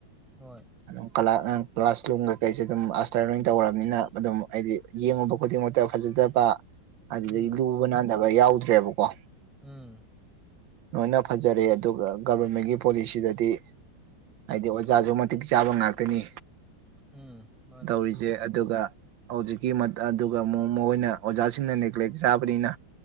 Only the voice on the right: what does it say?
ꯑꯗꯨꯝ ꯀꯂꯥ ꯀ꯭ꯂꯥꯁ ꯂꯨꯝ ꯀꯩꯀꯩꯁꯨ ꯑꯗꯨꯝ ꯑꯥꯁꯇꯔ ꯂꯣꯏ ꯇꯧꯔꯕꯅꯤꯅ ꯑꯗꯨꯝ ꯍꯥꯏꯗꯤ ꯌꯦꯡꯉꯨꯕ ꯈꯨꯗꯤꯡꯃꯛꯇ ꯐꯖꯗꯕ ꯑꯗꯨꯗꯒꯤ
ꯂꯨ ꯂꯨ ꯅꯥꯟꯗꯕ ꯌꯥꯎꯗ꯭ꯔꯦꯕꯀꯣ
ꯂꯣꯏꯅ ꯐꯖꯔꯦ ꯑꯗꯨꯒ ꯒꯕꯔꯃꯦꯟꯒꯤ ꯄꯣꯂꯤꯁꯤꯗꯗꯤ ꯍꯥꯏꯗꯤ ꯑꯣꯖꯥꯁꯨ ꯃꯇꯤꯛ ꯆꯥꯕ ꯉꯥꯛꯇꯅꯤ
ꯇꯧꯔꯤꯁꯦ ꯑꯗꯨꯒ ꯍꯧꯖꯤꯛꯀꯤ ꯑꯗꯨꯒ ꯑꯃꯨꯛ ꯃꯣꯏꯅ ꯑꯣꯖꯥꯁꯤꯡꯅ ꯅꯦꯒ꯭ꯂꯦꯛ ꯆꯥꯕꯅꯤꯅ